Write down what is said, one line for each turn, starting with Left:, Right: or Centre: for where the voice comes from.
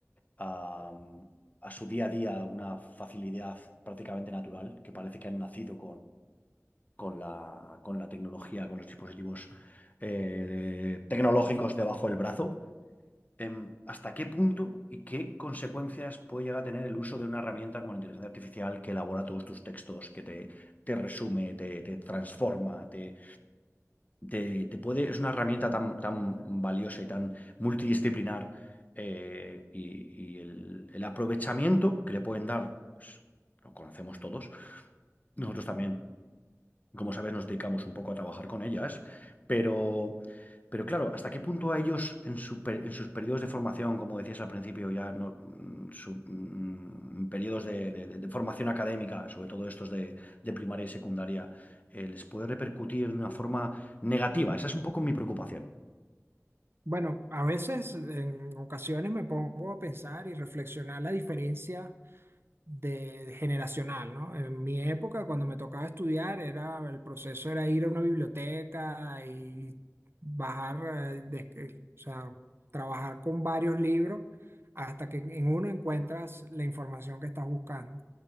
Left: a, a su día a día, una facilidad prácticamente natural, que parece que han nacido con la, con la tecnología, con los dispositivos eh, tecnológicos debajo del brazo. Em, ¿hasta qué punto y qué consecuencias puede llegar a tener el uso de una herramienta como la inteligencia artificial que elabora todos tus textos, que te, te resume, te, te transforma, te, te- te puede... Es una herramienta tan, tan valiosa y tan multidisciplinar eh, y, y el, el aprovechamiento que le pueden dar, pues, lo conocemos todos. Nosotros también como sabes, nos dedicamos un poco a trabajar con ellas, pero, pero claro, ¿hasta qué punto a ellos en, su per- en sus periodos de formación, como decías al principio, ya no, mm, su- mm, periodos de, de- de- de formación académica, sobre todo estos de, de primaria y secundaria, eh, les puede repercutir de una forma negativa? Esa es un poco mi preocupación.
Right: Bueno, a veces, en ocasiones me pongo a pensar y reflexionar la diferencia de generacional, ¿no? En mi época, cuando me tocaba estudiar, era el proceso era ir a una biblioteca y bajar, eh, des- eh, o sea, trabajar con varios libros hasta que en uno encuentras la información que estás buscando.